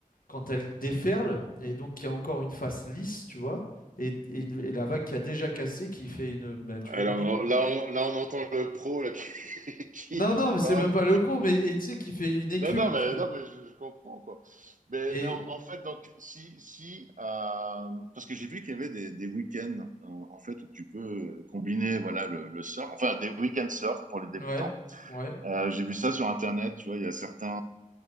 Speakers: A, on the left (about 85°); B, on the right (about 65°).
A: quand elle déferle, et donc il y a encore une face lisse, tu vois, et, et une- et la vague qui a déjà cassé, qui fait une, ben, tu
B: Alors,
A: vois, une... é-
B: là, on, là, on là, on entend le pro là, <laughs> qui,
A: Non,
B: qui
A: non,
B: parle.
A: mais c'est même pas le pro, mais et tu sais, qui fait une écume,
B: Non, non, mais,
A: tu vois.
B: non, mais je, je comprends, quoi. Mais,
A: Et,
B: mais en, en fait, donc, si, si, euh, parce que j'ai vu qu'il y avait des, des week-ends, en, en fait, où tu peux euh, combiner, voilà, le, le surf, enfin, des week-ends surf pour les débutants.
A: ouais, ouais.
B: Euh, j'ai vu ça sur Internet, tu vois, il y a certains